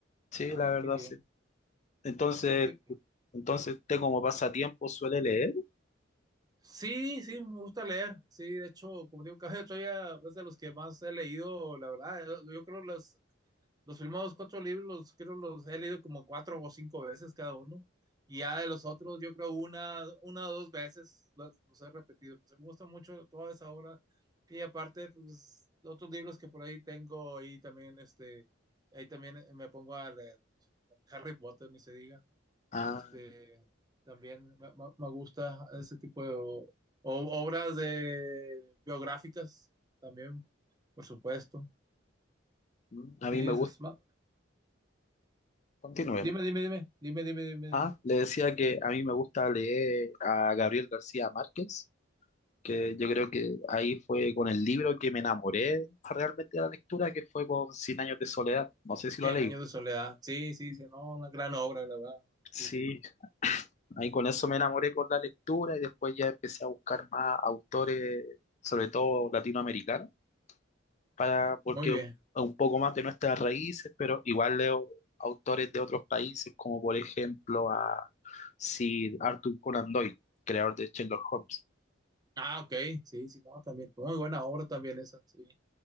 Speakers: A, on the left; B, on the right.
A: Sí,
B: Andar,
A: la verdad,
B: qué bien.
A: sí. Entonces,
B: Qué- qué- qué.
A: entonces usted como pasatiempo suele leer.
B: Sí, sí, me gusta leer. Sí, de hecho, como digo, Caballo de Troya es de los que más he leído, la verdad. eh, Yo creo Los primeros cuatro libros los creo los he leído como cuatro o cinco veces cada uno. Y ya de los otros, yo creo una, una o dos veces los, los he repetido. Entonces, me gusta mucho toda esa obra. Y aparte, pues, otros libros que por ahí tengo, ahí también, este, ahí también me pongo a leer. Harry Potter, ni se diga.
A: Ah,
B: Este, también me, me me gusta ese tipo de o- o- obras de biográficas, también, por supuesto.
A: mm, a
B: Sí,
A: mí me
B: eso
A: gusta.
B: es más,
A: Continúe.
B: Dime,
A: ¿no?
B: dime, dime, dime, dime, dime,
A: Ah,
B: dime.
A: le decía que a mí me gusta leer a Gabriel García Márquez, que yo creo que ahí fue con el libro que me enamoré realmente de la lectura, que fue con Cien años de soledad. No sé si
B: Cien
A: lo leí.
B: años de soledad. Sí, sí, sí, no, una gran obra, la verdad.
A: Sí,
B: Sí, sí.
A: ahí con eso me enamoré con la lectura y después ya empecé a buscar más autores, sobre todo latinoamericanos, para, porque
B: Muy bien.
A: un, un poco más de nuestras raíces, pero igual leo autores de otros países, como por ejemplo a Sir Arthur Conan Doyle, creador de Sherlock Holmes.
B: Ah, ok. Sí, sí, no, también. Muy buena obra también esa, sí.